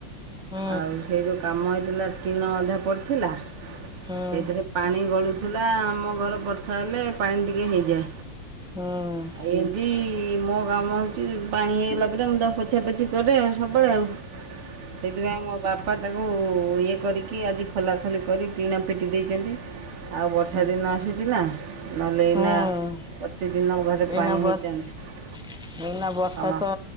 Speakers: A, in the centre; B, on the right.
A: ହୁଁ
B: ଆଉ ସେ ଯୋଉ କାମ ହେଇଥିଲା ଟିଣ ଅଧା ପଡ଼ିଥିଲା
A: ହୁଁ
B: ସେଇଥିରେ ପାଣି ଗଳୁଥିଲା ଆମ ଘର ବର୍ଷା ହେଲେ ପାଣି ଟିକେ ହେଇଯାଏ
A: ହୁଁ
B: ଆଉ ଏମିତି ମୋ କାମ ହେଉଛି ପାଣି ହେଇଗଲା ପରେ ମୁଁ ତାକୁ ପୋଛା ପୋଛି କରେ ଆଉ ସବୁବେଳେ ଆଉ। ସେଇଥିପାଇଁ ମୋ ବାପା ବାପା ତାକୁ ଇଏ କରିକି ଆଜି ଖୋଲାଖୋଲି କରି ଟିଣ ପିଟି ଦେଇଛନ୍ତି ଆଉ ବର୍ଷା
A: ହୁଁ
B: ଦିନ ଆସୁଛି ନା ନହେଲେ ଏଇନା
A: ହୁଁ
B: ପ୍ରତିଦିନ ଘରେ
A: ଏଇନା
B: ପାଣି
A: ବର୍ଷ
B: ହେଇଥାନ୍ତା
A: ଏଇନା ବର୍ଷା
B: ହଁ।
A: ତ